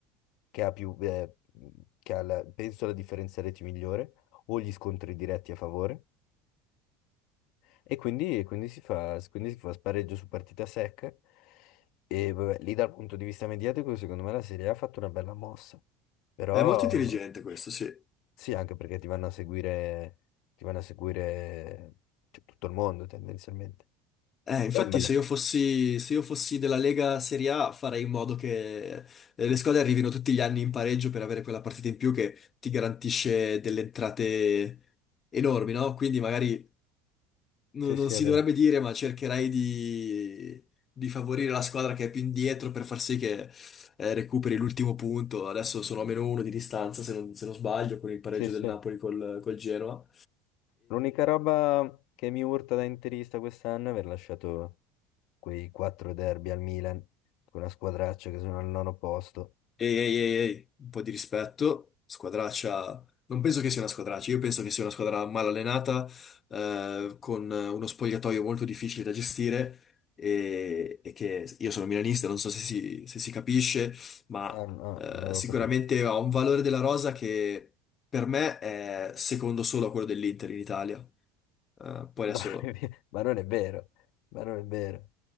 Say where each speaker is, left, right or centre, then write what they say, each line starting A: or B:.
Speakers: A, on the left; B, on the left.
A: che ha più, eh, che ha la- penso la differenza reti migliore o gli scontri diretti a favore. E quindi, e quindi si fa, quindi si fa spareggio su partita secca. E vabbè, lì dal punto di vista mediatico, secondo me la Serie A ha fatto una bella mossa. Mm. Però
B: È molto intelligente questo, sì.
A: Sì, anche perché ti vanno a seguire, ti vanno a seguire cioè, tutto il mondo tendenzialmente.
B: Eh, infatti
A: Poi è un bello.
B: se io fossi, se io fossi della Lega Serie A farei in modo che eh, le squadre arrivino tutti gli anni in pareggio per avere quella partita in più che ti garantisce delle entrate enormi, no? Quindi magari non
A: Sì, sì,
B: non si
A: è vero.
B: dovrebbe dire, ma cercherai di, di favorire la squadra che è più indietro per far sì che eh, recuperi l'ultimo punto. Adesso sono a meno uno di distanza, se non, se non sbaglio, con il pareggio
A: Sì, sì.
B: del Napoli col, col Genoa.
A: L'unica roba che mi urta da interista quest'anno è aver lasciato quei quattro derby al Milan, con una squadraccia che sono al nono posto.
B: Ehi, ehi, ehi, ehi, un po' di rispetto, squadraccia, non penso che sia una squadraccia, io penso che sia una squadra mal allenata, eh, con uno spogliatoio molto difficile da gestire e, e che io sono milanista, non so se si, se si capisce, ma
A: Ah, no,
B: eh,
A: non avevo
B: sicuramente
A: capito.
B: ha un valore della rosa che per me è secondo solo a quello dell'Inter in Italia. Eh, poi adesso
A: No, <laughs> non è vero. Ma non è vero, ma non è vero.